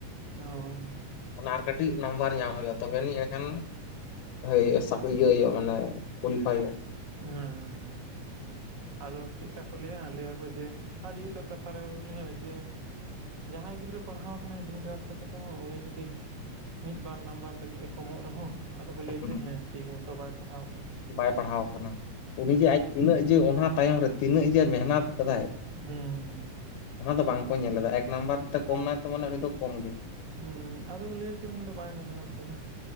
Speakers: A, on the right; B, on the left.
A: ᱚᱻ
B: ᱢᱟᱱᱮ ᱟᱨ ᱠᱟᱹᱴᱤᱡ ᱱᱟᱢᱵᱟᱨ ᱧᱟᱢ ᱦᱩᱭᱩᱜᱼᱟ ᱛᱚᱵᱮᱱᱤᱡ ᱮᱱᱰᱮᱠᱷᱟᱱ <unintelligible> ᱤᱭᱟᱹ ᱦᱩᱭᱩᱜᱼᱟ ᱢᱟᱱᱮ ᱠᱚᱞᱤᱯᱷᱟᱭ ᱦᱩᱭᱩᱜ-ᱟ᱾
A: ᱦᱩᱸ ᱦᱩᱸ ᱟᱫᱚ ᱪᱮᱫᱠᱟ ᱠᱚ ᱞᱟᱹᱭᱟ ᱞᱟᱹᱭᱟ ᱠᱚ ᱡᱮ ᱟᱹᱰᱤ ᱩᱛᱟᱹᱨ ᱠᱟᱛᱷᱟ ᱨᱮ ᱞᱟᱹᱭᱟ ᱡᱮ ᱡᱟᱦᱟᱸᱭ ᱜᱤᱫᱽᱨᱟᱹ ᱯᱟᱲᱦᱟᱣ ᱟᱠᱟᱱᱟᱭ ᱫᱤᱱ ᱨᱟᱛ ᱠᱟᱛᱮᱫ ᱨᱮᱦᱚᱸ ᱩᱱᱤ ᱡᱩᱫᱤ ᱢᱤᱫ ᱵᱟᱨ ᱱᱟᱢᱵᱟᱨ ᱞᱟᱹᱜᱤᱫ ᱮ ᱠᱚᱢᱚᱜ ᱨᱮᱦᱚᱸ ᱟᱫᱚ ᱠᱚ ᱞᱟᱹᱭᱟ
B: ᱦᱩᱭᱩᱜᱼᱟ
A: ᱪᱮ ᱦᱮᱸ ᱴᱷᱤᱠ ᱢᱚᱛᱚ ᱵᱟᱭ ᱯᱟᱲᱦᱟᱣ ᱠᱟᱱᱟ᱾
B: ᱵᱟᱭ ᱯᱟᱲᱦᱟᱣ ᱟᱠᱟᱱᱟ ᱩᱱᱤ
A: ᱦᱳᱭ
B: ᱡᱮ ᱟᱡ ᱛᱤᱱᱟᱹᱜ ᱡᱮ ᱚᱱᱟ ᱛᱟᱭᱚᱢ ᱨᱮ ᱛᱤᱱᱟᱹᱜ ᱡᱮ ᱢᱮᱦᱱᱚᱛ ᱠᱟᱫᱟᱭ
A: ᱦᱩᱸ
B: ᱚᱱᱟ ᱫᱚ ᱵᱟᱝ ᱠᱚ ᱧᱮᱞ ᱞᱮᱫᱟ ᱮᱠ ᱱᱟᱢᱵᱟᱨ ᱛᱮ ᱠᱚᱢ ᱱᱟᱭ ᱛᱚ ᱢᱟᱱᱮ ᱩᱱᱤ ᱫᱚ ᱠᱚᱢ ᱜᱮ ᱾
A: ᱦᱩᱸ ᱟᱫᱚ ᱠᱚ ᱞᱟᱹᱭ ᱟᱪᱮ ᱩᱱᱤ ᱫᱚ ᱵᱟᱭ ᱢᱮᱦᱚᱱᱚᱛ ᱠᱟᱫᱟ ᱾